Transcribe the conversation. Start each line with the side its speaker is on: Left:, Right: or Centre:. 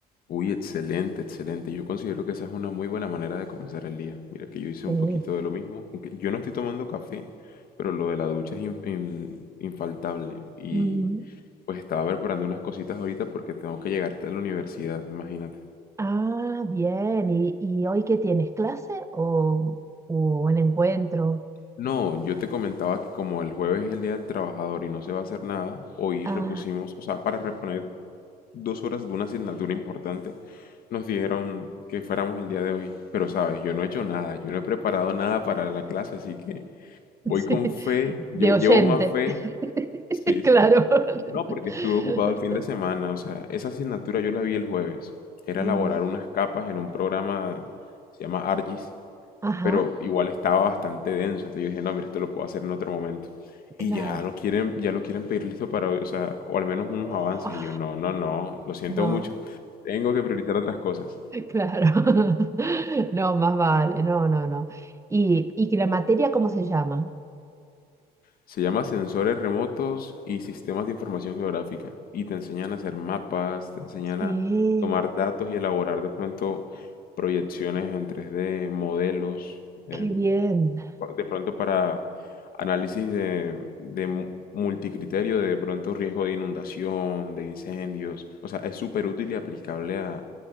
Left: Uy, excelente, excelente. Yo considero que esa es una muy buena manera de comenzar el día. Mira que yo hice
Right: Sí.
Left: un poquito de lo mismo. aunque Yo no estoy tomando café, pero lo de la ducha es in- in- infaltable. Y
Right: Ujú.
Left: pues estaba preparando unas cositas ahorita porque tengo que llegar a la universidad, imagínate.
Right: Ah, bien, ¿y, y hoy qué tienes? ¿Clase o, o un encuentro?
Left: No, yo te comentaba que como el jueves es el Día del Trabajador y no se va a hacer nada, hoy
Right: Ah,
Left: repusimos, o sea, para reponer dos horas de una asignatura importante, nos dijeron que fuéramos el día de hoy. Pero sabes, yo no he hecho nada, yo no he preparado nada para la clase, así que
Right: <laughs>
Left: voy
Right: sí,
Left: con fe,
Right: de
Left: yo
Right: oyente,
Left: llevo más fe.
Right: <laughs>
Left: Sí, sí,
Right: claro.
Left: sí.
Right: <laughs>
Left: No, porque estuve ocupado el fin de semana, o sea, esa asignatura yo la vi el jueves. Era
Right: Ujú.
Left: elaborar unas capas en un programa, se llama ARGIS,
Right: Ajá,
Left: pero igual estaba bastante denso. Entonces yo dije, no, mira, esto lo puedo hacer en otro momento.
Right: claro.
Left: Y ya lo quieren, ya lo quieren pedir listo para hoy, o sea, o al menos unos
Right: Oh,
Left: avances. Y yo, no, no, no, lo siento
Right: no,
Left: mucho. Tengo que priorizar otras cosas.
Right: <laughs> claro. <laughs> No, más vale. No, no, no. ¿Y, y que la materia cómo se llama?
Left: Se llama sensores remotos y sistemas de información geográfica. Y te enseñan a hacer mapas, te enseñan
Right: Sí,
Left: a tomar datos y elaborar de pronto proyecciones en 3D, modelos. em,
Right: qué bien.
Left: de pronto para análisis de, de multicriterio, de pronto riesgo de inundación, de incendios. O sea, es súper útil y aplicable a,